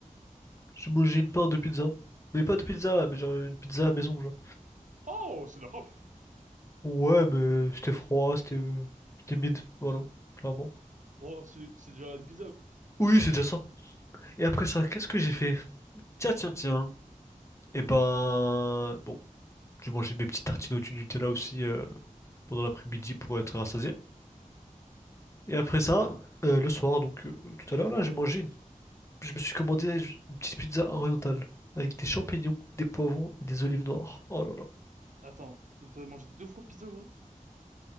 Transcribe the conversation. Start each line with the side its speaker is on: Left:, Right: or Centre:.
Left: J'ai mangé une part de pizza. Mais pas de pizza, mais genre une pizza à la maison, genre.
Right: Oh, c'est de la frappe.
Left: Ouais, mais c'était froid, c'était euh, c'était mid, voilà, clairement.
Right: Oh, c'est c'est déjà une pizza, quoi.
Left: Oui, c'est déjà ça. Et après
Right: D'accord.
Left: ça, qu'est-ce que j'ai fait? Tiens, tiens, tiens. Eh ben, bon, j'ai mangé mes petites tartines au Nutella aussi. euh, pendant l'après-midi pour être rassasié. Et après ça, euh, le soir, donc euh, tout à l'heure là, j'ai mangé une... je me suis commandé une petite pizza orientale avec des champignons, des poivrons et des olives noires. Oh là là.
Right: Attends, donc t'as mangé deux fois pizza aujourd'hui?